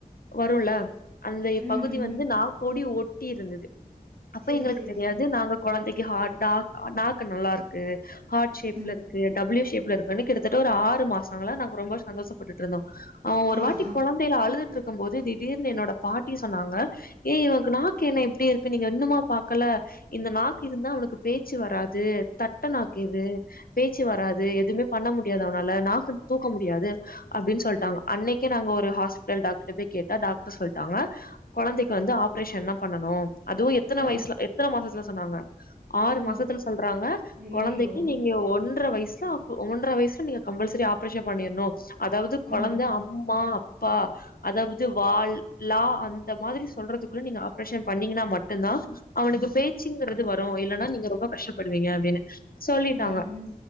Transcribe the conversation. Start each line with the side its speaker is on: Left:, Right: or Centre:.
Left: வருல அந்த
Right: ம்,
Left: பகுதி
Right: ம்.
Left: வந்து நாக்கோடி ஒட்டி இருந்தது அப்ப
Right: சரி,
Left: எங்களுக்கு
Right: சரி,
Left: தெரியாது
Right: சரி.
Left: நாங்க குழந்தைக்கு ஹார்ட் நாக் நாக்கு நல்லா இருக் க்கு ஹார்ட் ஷேப்ல
Right: ம்.
Left: இருக்கு டபூல்யு ஷேப்ல இருக்குன்னு கிட்டத்தட்ட ஒரு ஆறு மாசங்களா நாங்க ரொம்ப சந்தோஷப்பட்டுட்டு இருந்தோ ஆஹ் ஒரு
Right: ஆ,
Left: வாட்டி
Right: ஆ,
Left: குழந்தையில அழுதுட்டு இருக்கும் போது திடீர்னு என்னோட பாட்டி சொன்னாங்க ஏய் இவனக்கு நாக்கு என்ன எப்டி இருக்கு நீங்க இன்னுமா பாக்கல இந்த நாக்கு இருந்தா அவனுக்கு பேச் பேச்சு வராது தட்ட நாக்கு இது பேச்சு வராது எதுமே பண்ண முடியாது அவனால நாக்கு தூக்க முடியாது அப்டின்னு சொல்ட்டாங்க அன்னைக்கே நாங்க ஒரு ஹாஸ்பிட்டல் டாக்டர்ட போய் கேட்டா டாக்டரு சொல்லிட்டாங்க குழந்தைக்கு வந்து ஆப்ரேஷன் தா பண்ணனு அதுவு எத்தன
Right: ஆ.
Left: வயசுல எத்தன மாசத்துல சொன்னாங்க ஆறு
Right: ஓ!
Left: மாசத்துல சொல்றாங்க
Right: அய்யய்யோ!
Left: குழந்தைக்கு நீங்க ஒன்றர வயசுல ஒன்ற வயசுல நீங்க கம்பல்சரி ஆப்ரேஷன் பண்ணிருணு அதாவ்து குழந்த
Right: ம்,
Left: அம்மா அப்பா அதாவ்து வாள்லா அந்த மாதிரி சொல்றதுக்குள்ள நீங்க ஆப்ரேஷன் பண்ணீங்கன்னா மட் மட்டுதா அவனுக்கு பேச்சுங்கிறது வரு இல்லன்னா நீங்க ரொம்ப கஷ்டப்படுவீங்க அப்டின்னு சொல்லிட்டாங்க
Right: ம், ம்,